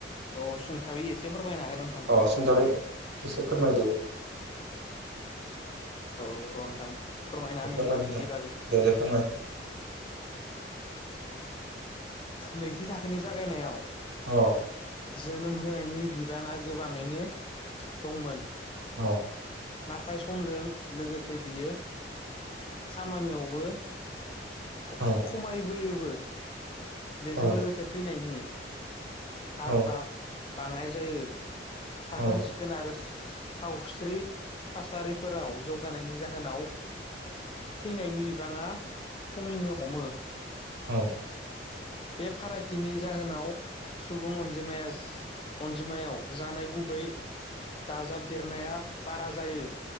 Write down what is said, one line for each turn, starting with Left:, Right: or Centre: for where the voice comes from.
Left: औ सुंथाबै एसेफोरमायनो हागोन नोंथाङा
Right: अ सुंथाबै एसे फोरमायदो।
Left: औ रनदां फोरमायना
Right: फोरमाय
Left: ने हबा
Right: नोंथां
Left: बेनि बागै।
Right: दे दे फोरमाय
Left: नैथि थाखोनि जागायनायाव
Right: अ
Left: जोनोम होनाय नि बिबाङा गोबाङैनो दंमोन।
Right: औ।
Left: नाथाय समजों लोगोसे बियो खामानियावबो ख-खमायबोयोबो
Right: औ
Left: बेजों
Right: औ
Left: लोगोसे थैनायनि हार
Right: औ
Left: बां-बाङनाय जायो
Right: औ
Left: साखोन सिखोन आरो सावस्रि थासारिफोराव जौगानायनि जाहोनाव थैनायनि बिबाङा खमिनो हमो
Right: औ
Left: बे फारागथिनि जाहोनाव सुबुं अनजिमाया अनजिमायाव जानाय गुबै दाजाबदेरनाया बारा जायो